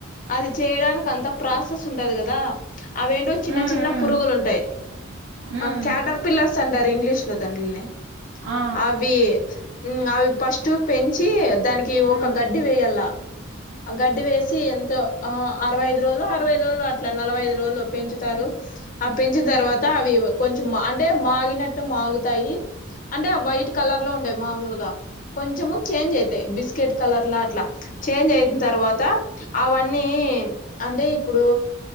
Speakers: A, on the left (about 40°); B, on the right (about 65°).
A: అది చేయడానికి అంత ప్రాసెస్ ఉంటది కదా అవి ఏంటో చిన్న
B: ఉమ్
A: చిన్న
B: ఉమ్
A: పురుగులు ఉంటాయి
B: ఉమ్
A: ఆ క్యాటర్ పిల్లర్స్ అంటారు ఇంగ్లీష్ లో దాన్లని
B: ఆ
A: అవి అవి ఫస్ట్ పెంచి దానికి ఒక
B: ఉమ్
A: గడ్డి వేయల్ల ఆ గడ్డి వేసి ఎంతో ఆ అరవై ఐదు రోజులు అరవై ఐదు రోజులు అట్లా నలవై ఐదు రోజులు పెంచుతారు ఆ పెంచిన తర్వాత అవి కొంచెం అంటే మాగినట్టు మాగుతాయి అంటే వైట్ కలర్ లో ఉంటాయి మామూలుగా కొంచెము చేంజ్ అవుతాయి బిస్కెట్ కలర్లా అట్లా చేంజ్ అయిన తర్వాత అవన్నీ అంటే ఇప్పుడు